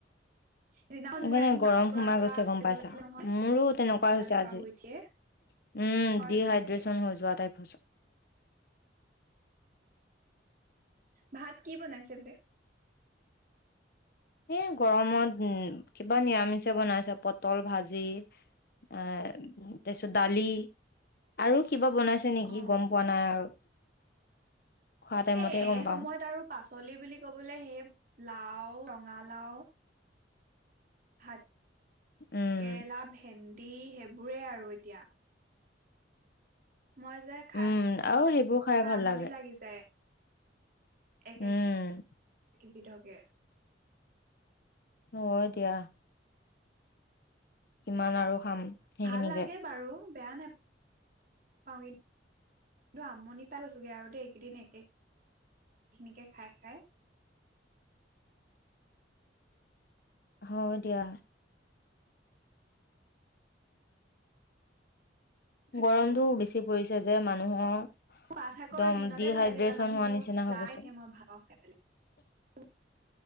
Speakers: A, on the right; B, on the left.
A: সিদিনাখন
B: সেইকাৰণে
A: মোৰ একদম
B: গৰম
A: নাকৰ পৰা
B: সোমাই
A: পৰা
B: গৈছে গম
A: তেজ
B: পাইছা
A: ওলাইছিলে নহয়
B: মোৰো তেনেকুৱাই
A: ৰাতিপুৱা
B: হৈছে আজি
A: শুই
B: উম
A: উঠিয়ে হয়
B: ডিহাইড্ৰেচন
A: চাগে
B: হৈ যোৱা টাইপ হৈছে
A: ভাত কি বনাইছে বোলে।
B: এ গৰমত উ কিবা নিৰামিষে বনাইছে পটল ভাজি এ তাৰ পিছত দালি আৰু কিবা বনাইছে আছে নেকি
A: অ
B: গম পোৱা নাই আৰু খোৱা টাইমতহে
A: এ এ
B: গম
A: সময়ত
B: পাম
A: আৰু পাচলি বুলি কবলৈ সেই লাও ৰঙালাও ভাত
B: উম
A: কেৰেলা ভেণ্ দি সেইবোৰেই আৰু এতিয়া মই যে খাহ
B: উম আৰু সেইবোৰ খাই
A: খা
B: ভাল
A: আমনি
B: লাগে
A: লাগি যায়। এক
B: উম
A: এক কেপি থকে
B: হ দিয়া কিমান আৰু খাম সেইখিনিকে
A: ভাল লাগে বাৰু বেয়া নাপা পাওঁ কিন্ত কিন্তু আমনি পাই গৈছোগে আৰু দ এইকেইদিন একে এইখিনিকে খাই খাই
B: হ দিয়া
A: তাকেতো
B: গৰমতটো বেছি কৰিছে যে মানুহৰ
A: খোৱা থাকৰ
B: একদম
A: দিনতে
B: ডিহাইড্ৰেচন
A: ভালকে জানানে
B: হোৱা
A: মোৰ
B: নিচিনা হৈ
A: লাই
B: গৈছে
A: এ মই ভালওঁ খাই পেলাই